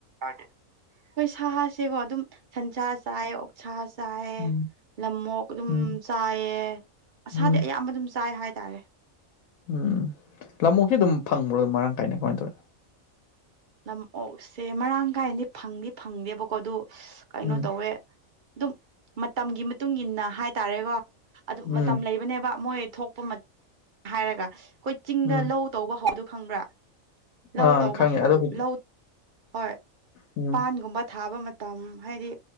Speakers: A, on the right; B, on the left.
A: ꯑꯩꯈꯣꯏ ꯁꯥꯁꯤꯀꯣ ꯑꯗꯨꯝ ꯁꯟꯁꯥ ꯆꯥꯏ ꯑꯣꯛ ꯁꯥ ꯆꯥꯏꯌꯦ
B: ꯎꯝ
A: ꯂꯝꯃꯣꯛ ꯑꯗꯨꯝ
B: ꯎꯝ
A: ꯆꯥꯏꯌꯦ ꯑꯁꯥꯗꯤ
B: ꯎꯝ
A: ꯑꯌꯥꯝꯕ ꯑꯗꯨꯝ ꯆꯥꯏ ꯍꯥꯏ ꯇꯥꯔꯦ
B: ꯎꯝ ꯂꯃꯨꯑꯣꯛꯁꯦ ꯑꯗꯨꯝ ꯐꯪꯕ꯭ꯔꯣ ꯑꯗꯨꯝ ꯃꯔꯥꯡ ꯀꯥꯏꯅ ꯀꯃꯥꯏꯅ ꯇꯧꯋꯦ
A: ꯅꯝ ꯑꯣ ꯁꯦ ꯃꯔꯥꯡ ꯀꯥꯏꯅꯗꯤ ꯐꯪꯗꯤ ꯐꯪꯗꯦꯕꯀꯣ ꯑꯗꯨ ꯀꯩꯅꯣ
B: ꯎꯝ
A: ꯇꯧꯏ ꯑꯗꯨꯝ ꯃꯇꯝꯒꯤ ꯃꯇꯨꯡ ꯏꯟꯅ ꯍꯥꯏꯇꯥꯔꯦꯀꯣ ꯑꯗꯨꯝ
B: ꯎꯝ
A: ꯃꯇꯝ ꯂꯩꯕꯅꯦꯕ ꯃꯣꯏ ꯊꯣꯛꯄ ꯍꯥꯏꯔꯒ ꯑꯩꯈꯣꯏ ꯆꯤꯡꯗ
B: ꯎꯝ
A: ꯂꯧ ꯇꯧꯕ ꯍꯧꯗꯣ ꯈꯪꯕ꯭ꯔꯥ ꯂꯧ
B: ꯑꯥ
A: ꯇꯧꯕ
B: ꯈꯪꯉꯦ
A: ꯍꯧ
B: ꯑꯗꯣ ꯍꯧꯖꯤꯛ
A: ꯂꯧ ꯍꯣꯏ
B: ꯎꯝ
A: ꯄꯥꯟꯒꯨꯝꯕ ꯊꯥꯕ ꯃꯇꯝ ꯍꯥꯏꯗꯤ